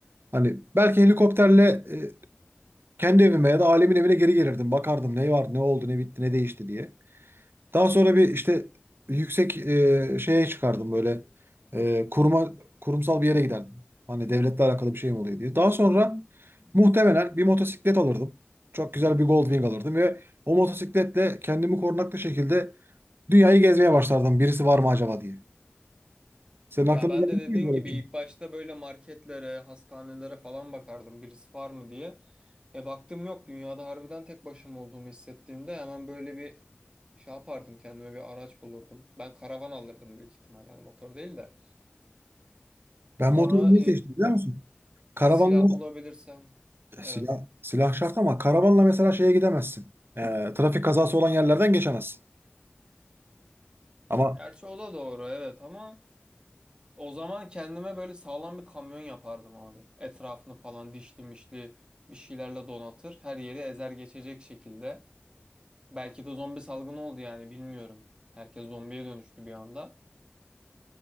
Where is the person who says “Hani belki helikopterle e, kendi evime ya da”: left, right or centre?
Right